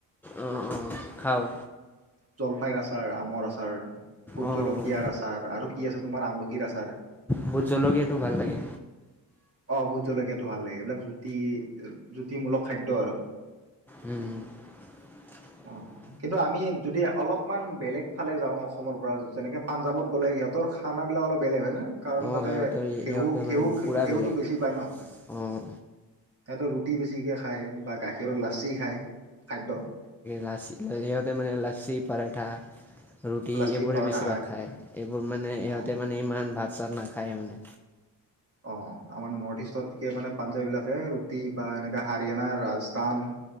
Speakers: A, in the centre; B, on the right (about 35°).
A: অ অ খাওঁ।
B: জলফাইৰ আচাৰ আমৰ আচাৰ ভোট
A: অঁ
B: জলকীয়াৰ
A: অঁ
B: আচাৰ আৰু কি আছে তোমাৰ আমলখিৰ আচাৰ
A: ভোত জলকীয়াতটো ভাল লাগে।
B: অ ভোত জলকীয়াটো ভাল লাগে। এইবিলাক জুতি জুতিমূলক খাদ্য আৰু
A: উম হম <unintelligible>
B: অ কিন্তু আমি যদি অলপমান বেলেগ ফালে যাও অসমৰ পৰা যেনেকে পাঞ্জাৱত গ'লে সিহঁতৰ খানা বিলাক অল বেলেগ হয় নে? কাৰণ
A: অঁ
B: তাতে
A: সিহঁতৰ
B: ঘেহু
A: সিহঁতৰ
B: খেউটো
A: মানে পূৰা
B: খেউতটো
A: বেলেগ
B: বেছি পায় ন।
A: অঁ
B: সিহঁত ৰুটি বেছিকৈ খায় বা গাখীৰৰ লাচি খায় খাদ্য
A: লা সিহঁতে মানে লছি, পৰঠা ৰুটি
B: লাচি
A: এইবোৰে
B: পৰঠা
A: বেছিভাগ খায় এইবোৰ মানে ইহঁতে
B: অ
A: মানে ইমান ভাত চাত নাখায় মানে
B: অ আমাৰ নৰ্থ ইষ্টতকে মানে পাঞ্জাৱবিলাকে ৰুটি বা এনেকৈ হাৰিয়ানা ৰাজস্থান